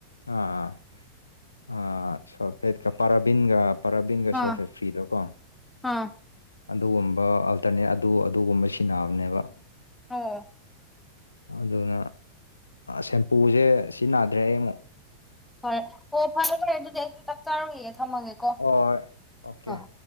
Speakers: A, on the left; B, in the centre.
A: ꯑꯥ ꯑ ꯁꯣꯐꯦꯠꯀ ꯄꯔꯕꯤꯟꯒ ꯄꯔꯥꯕꯤꯟꯒ
B: ꯑꯥ
A: ꯁꯣꯐꯦ ꯐ꯭ꯔꯤꯗꯣ ꯀꯣ
B: ꯑꯥ
A: ꯑꯗꯨꯒꯨꯝꯕ ꯑꯜꯇꯔꯅꯦꯠ ꯑꯗꯨ ꯑꯗꯨꯒꯨꯝꯕ ꯁꯤꯟꯅꯕꯅꯦꯕ
B: ꯑꯣ
A: ꯑꯗꯨꯅ ꯁꯦꯝꯄꯨꯁꯦ ꯁꯤꯖꯤꯟꯅꯗ꯭ꯔꯦ ꯑꯩ ꯑꯃꯨꯛ
B: ꯐꯔꯦ ꯑꯣ ꯐꯔꯦ ꯐꯔꯦ ꯑꯗꯨꯗꯤ ꯑꯩꯁꯨ ꯆꯥꯛ ꯆꯥꯔꯨꯒꯒꯦ ꯊꯝꯃꯒꯦꯀꯣ
A: ꯍꯣꯏ ꯑꯣꯀꯦ
B: ꯑꯥ